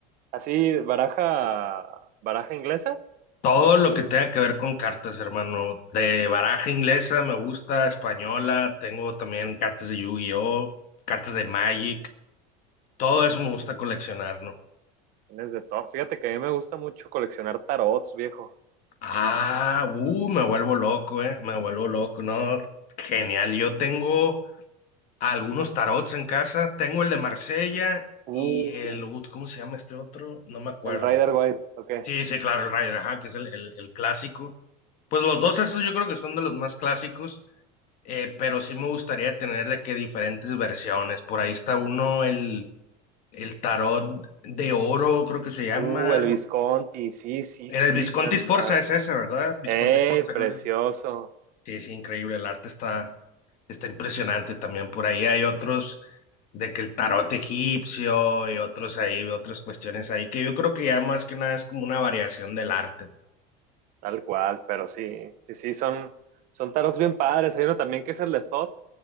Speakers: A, on the right (about 50°); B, on the left (about 45°).
A: Así, baraja, baraja inglesa,
B: Todo lo que tenga que ver con cartas, hermano. De baraja inglesa me gusta, española, tengo también cartas de Yu-Gi-Oh, cartas de Magic, todo eso me gusta coleccionar, ¿no?
A: tienes de todo. Fíjate que a mí me gusta mucho coleccionar tarots, viejo.
B: Ah, uh, me vuelvo loco, eh, me vuelvo loco, no, genial. Yo tengo algunos tarots en casa, tengo el de Marsella
A: Uh,
B: y el, uh, ¿cómo se llama este otro? No me acuerdo.
A: el Rider Waite, ok.
B: Sí, sí, claro, el Ryder, ajá, que es el, el- el clásico. Pues los dos, esos yo creo que son de los más clásicos, eh, pero sí me gustaría tener de que diferentes versiones. Por ahí está uno, el, el tarot de oro, creo que se llama.
A: Uh, el Visconti, sí, sí,
B: Era
A: sí,
B: el Visconti
A: tal
B: Sforza,
A: cual.
B: es ese, ¿verdad? Visconti
A: ¡Ey,
B: Sforza,
A: precioso!
B: creo que es. Sí, sí, increíble, el arte está, está impresionante también. Por ahí hay otros de que el tarot egipcio y otros ahí, otras cuestiones ahí, que yo creo que ya más que nada es como una variación del arte.
A: Tal cual, pero sí, sí, sí, son, son tarots bien padres. Hay uno también que es el de Thoth,